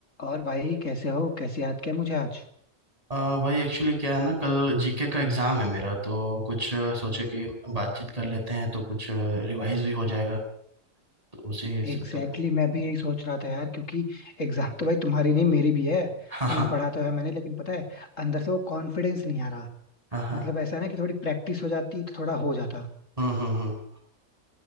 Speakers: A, on the left; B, on the right.
A: और भाई कैसे हो कैसे याद किया मुझे आज
B: अ, भाई एक्चुअली क्या है ना कल जीके का एग्जाम है मेरा तो कुछ अ, सोचे कि बातचीत कर लेते हैं तो कुछ रिवाइज भी हो जाएगा तो उसी संदर्भ
A: एग्जैक्टली
B: में
A: exactly, मैं भी यही सोच रहा था यार क्योंकि एग्जाम तो भाई तुम्हारी नहीं मेरी भी है
B: <laughs> हाँ
A: लेकिन
B: हाँ
A: पढ़ा तो है मैंने लेकिन पता है अंदर से वो कॉन्फिडेंस नहीं आ रहा
B: हाँ हाँ
A: मतलब ऐसा ना कि थोड़ी प्रैक्टिस हो जाती तो थोड़ा हो जाता
B: हम्म हम्म हम्म